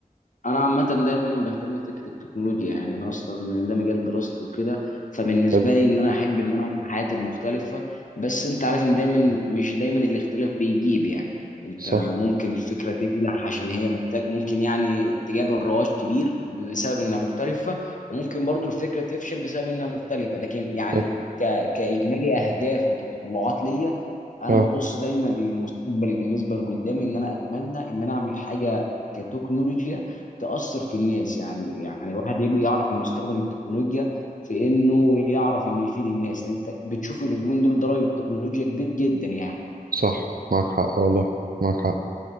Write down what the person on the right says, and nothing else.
حلو
آه،
صح
صح
آه
صح معاك حق والله معاك حق